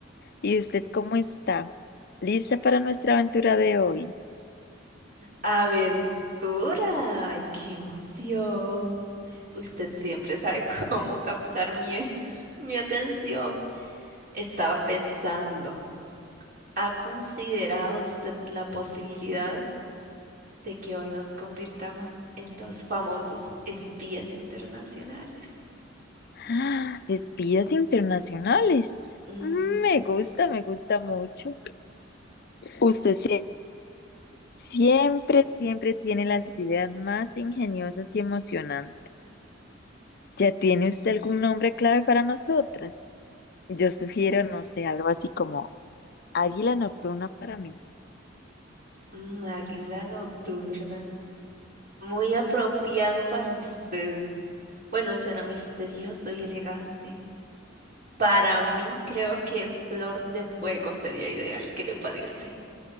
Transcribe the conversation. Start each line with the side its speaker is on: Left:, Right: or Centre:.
Left: ¿Y usted cómo está? ¿Lista para nuestra aventura de hoy?
Right: ¡Aventura! ¡Ay, qué emoción! Usted siempre sabe <laughs> cómo captar mi, <laughs> mi atención. Estaba pensando. ¿Ha considerado usted la posibilidad de que hoy nos convirtamos en dos famosos espías internacionales?
Left: <gasps> ¡Ah! Espías internacionales.
Right: Mm,
Left: Mm, Me
Right: mm,
Left: gusta, me gusta mucho. Usted sie- siempre, siempre tiene las ideas más ingeniosas y emocionantes. ¿Ya tiene usted algún nombre clave para nosotras? Yo sugiero, no sé, algo así como Águila Nocturna para mí,
Right: mm, águila nocturna. Muy apropiado para usted. Bueno, suena misterioso y elegante. Para mí, creo que Flor de Fuego sería ideal. ¿Qué le parece?